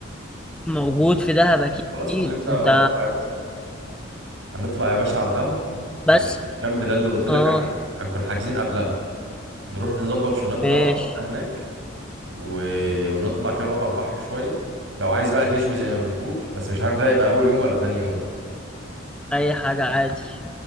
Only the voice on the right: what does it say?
خلاص خليه في دهب
هنطلع يا باشا هنطلع يا باشا على دهب نشوف
الكامب ده اللي قلت لك
عليه هنكون حاجزين قبلها نروح نظبط شنطنا
وقعدتنا هناك و... ونطلع كده نقعد على البحر شوية لو عايز بقى تشوي زي ما بتقول بس مش عارف ده يبقى أول يوم ولا تاني يوم